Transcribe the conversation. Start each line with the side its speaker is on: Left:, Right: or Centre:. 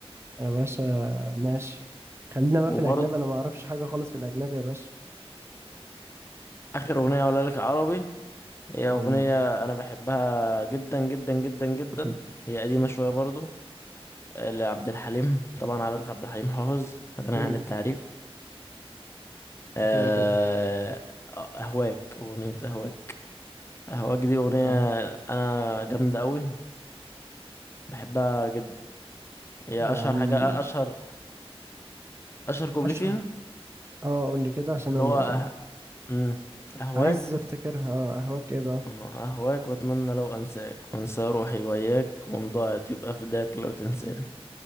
Right: يا باشا ماشي خلينا بقى
Left: وبرضو
Right: في الاجنبي انا ما اعرفش حاجة خالص في الاجنبي يا باشا
Left: اخر اغنية اقولها لك عربي هي
Right: قول
Left: اغنية انا بحبها جدا جدا جدا جدا
Right: لي <laughs>
Left: هي قديمة شوية برضو لعبد الحليم طبعا عارف عبد الحليم حافظ غني
Right: اكيد
Left: عن التعريف آه،
Right: كده كده
Left: أهواك أغنية أهواك أهواك دي أغنية
Right: اه
Left: أنا جامدة أوي وبحبها جدا هي
Right: يا
Left: أشهر
Right: عم
Left: حاجة أشهر أشهر كوبلي
Right: اشهر
Left: فيها
Right: اه قول لي كده عشان
Left: اللي
Right: انا
Left: هو
Right: ما-
Left: أه... مم، أهواك
Right: عايز افتكرها اه قهوك ايه بقى
Left: أهواك وأتمنى لو أنساك وأنسى روحي وياك وإن ضاعت يبقى فداك لو تنساني